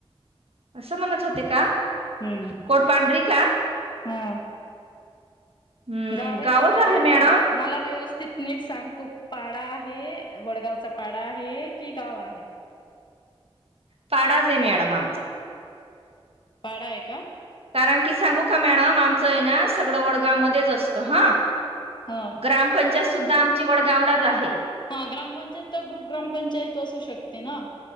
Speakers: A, on the right; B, on the left.
A: असं म्हणत होते का?
B: हम्म.
A: कोडपाडरी का?
B: ह.
A: हम्म
B: गावय
A: गावच
B: का पाडाय
A: आहे मॅडम
B: तो? मला व्यवस्थित नीट सांग. तो पाडा आहे. वडगावचा पाडा आहे की गाव आहे?
A: पाडाचे मॅडम आमचा.
B: पाडाय का?
A: कारण की सांगू का मॅडम. आमचंय ना सगळं वडगाव मध्येच असतं ह.
B: हां.
A: ग्रामपंचायत सुद्धा आमची वडगावलाच आहे.
B: हा ग्रामपंचायत तर ग्रुप ग्रामपंचायत असू शकते ना.